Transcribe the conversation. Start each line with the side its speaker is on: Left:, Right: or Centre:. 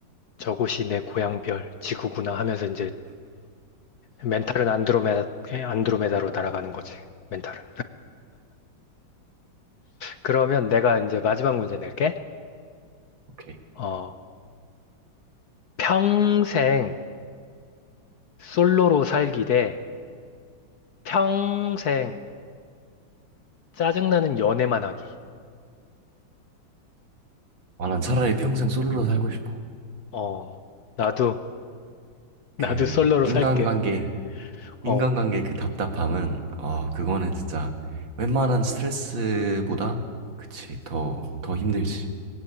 Left: 저곳이 내 고향별 지구구나 하면서 이제 멘탈은 안드로메다, 에, 안드로메다로 날아가는 거지. 멘탈은. 그러면 내가 이제 마지막 문제 낼게.
Right: 오케이.
Left: 어, 평생 솔로로 살기 대 평생 짜증나는 연애만 하기.
Right: 아, 난 차라리 평생 솔로로 살고 싶어.
Left: 어, 나도, 나도
Right: 그
Left: 솔로로
Right: 인간관계
Left: 살게. 어,
Right: 인간관계 그 답답함은, 어,
Left: 음.
Right: 그거는 진짜 웬만한 스트레스보다, 그치, 더, 더 힘들지.